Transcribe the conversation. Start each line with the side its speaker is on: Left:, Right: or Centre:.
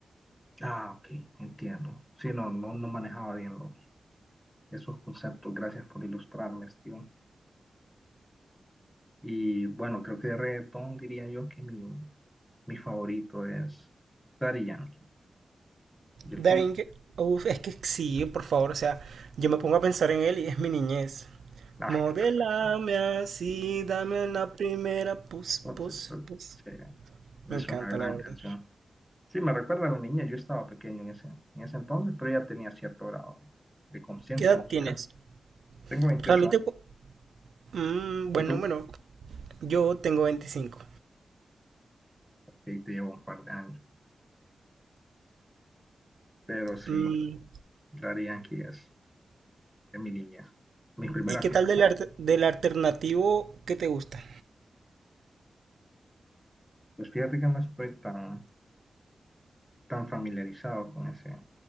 Centre: Ah, ok, entiendo. Sí, no, no, no manejaba bien los, esos conceptos. Gracias por ilustrarme, Steve. Y bueno, creo que de reggaetón diría yo que mi, mi favorito es Daddy Yankee. ¿Y el
Right: Daring,
Centre: tuyo?
Right: uf, es que sí, por favor, o sea, yo me pongo a pensar en él y es mi niñez.
Centre: Ah,
Right: Modélame
Centre: <laughs> claro, exacto.
Right: así, dame una primera pus,
Centre: Por
Right: pus,
Centre: supuesto,
Right: pus.
Centre: sí,
Right: Me
Centre: es
Right: encanta,
Centre: una gran
Right: la verdad.
Centre: canción. Sí, me recuerda a la niña, yo estaba pequeño en ese, en ese entonces, pero ya tenía cierto grado de, de conciencia
Right: ¿Qué edad
Centre: musical.
Right: tienes?
Centre: Tengo 28
Right: Realmente,
Centre: años,
Right: cu- mm, buen
Centre: ¿y tú?
Right: número. Yo tengo 25.
Centre: Sí, te llevo un par de años, pero sí,
Right: Mm,
Centre: Daddy Yankee es de mi niñez, mis primeras
Right: ¿y qué
Centre: fiestas.
Right: tal del, arte- del alternativo que te gusta?
Centre: Pues fíjate que no estoy tan, tan familiarizado con ese,